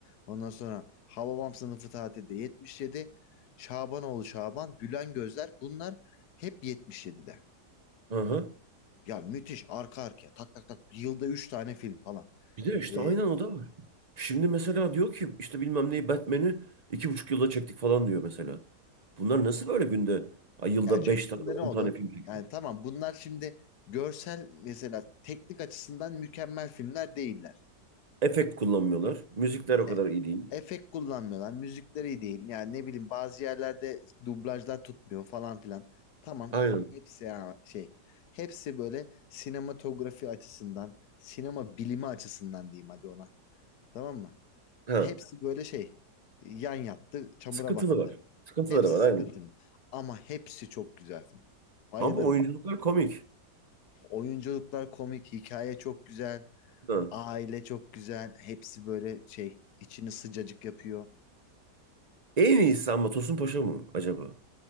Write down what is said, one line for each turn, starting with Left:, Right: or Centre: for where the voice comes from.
Left: ondan sonra Hababam sınıfı tatilde 77 Şabanoğlu Şaban Gülen Gözler bunlar hep 77'de.
Right: Aha.
Left: Ya müthiş arka arkaya tak tak tak yılda 3 tane film falan.
Right: Bir de işte
Left: Ee,
Right: aynen o da var. Şimdi mesela diyor ki işte bilmem neyi Batman'i iki buçuk yılda çektik falan diyor mesela. Bunlar nasıl böyle günde ay yılda
Left: Ya çektiğinde
Right: beş tane on
Left: ne oldu?
Right: tane film çekiyor?
Left: Yani tamam bunlar şimdi görsel mesela teknik açısından mükemmel filmler değiller.
Right: Efekt kullanmıyorlar. Müzikler o
Left: E,
Right: kadar iyi değil.
Left: efekt kullanmıyorlar. Müzikleri iyi değil. Yani ne bileyim bazı yerlerde dublajlar tutmuyor falan filan. Tamam
Right: Aynen.
Left: hepsi ya şey. Hepsi böyle sinematografi açısından, sinema bilimi açısından diyeyim hadi ona. Tamam mı?
Right: Ha.
Left: Hepsi böyle şey. Yan yattı, çamura
Right: Sıkıntılı
Left: battı.
Right: var. Sıkıntıları
Left: Hepsi
Right: var
Left: sıkıntılı.
Right: aynen.
Left: Ama hepsi çok güzel film. Bayılırım.
Right: Ama oyunculuklar komik.
Left: Oyunculuklar komik, hikaye çok güzel,
Right: Ha.
Left: aile çok güzel. Hepsi böyle şey içini sıcacık yapıyor.
Right: En iyisi ama Tosun Paşa mı acaba?